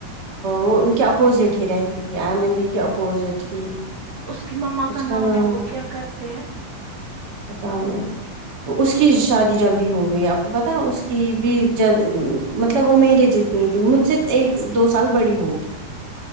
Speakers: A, on the right; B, on the right.
A: وہ ان کے اپوزٹ ہی رہتی تھی آئ مندی کے اپوزٹ ہی
B: اس کی مما
A: اس کا نام
B: ہے وہ کیا کرتے ہیں
A: پتا نہیں اس کی شادی جلدی ہو گئی آپ پتا اس کی بھی ج مطلب وہ میری جتنی تھی مجھ سے ایک دو س کل بڑی ہو